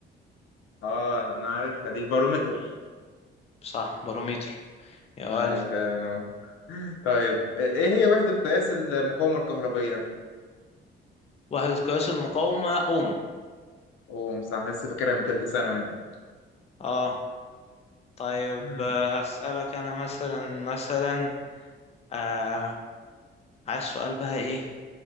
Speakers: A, on the left; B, on the left.
A: اه انا عارفها دي البارومتر
B: صح باروميتر يا
A: آه،
B: ألف
A: فعلا اهو <laughs> طيب ايه إيه هي وحدة قياس المقاومة الكهربية؟
B: وحدة قياس المقاومة أوم
A: اوه صح لسه فاكرها من ثالثة ثانوي انت
B: اه طيب
A: <laughs>
B: آه، هسألك أنا مثلا مثلا آه عايز سؤال بقى إيه